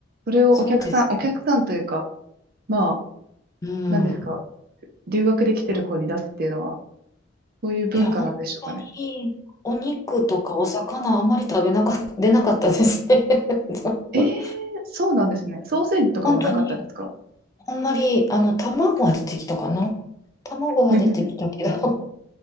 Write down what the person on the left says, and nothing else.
そうです。
うん。
いや、本当にお肉とかお魚あんまり食べなかっ出なかったですね。<laughs> ちょっと
本当に、あんまり、あの、卵は出てきたかな。卵は出てきたけど、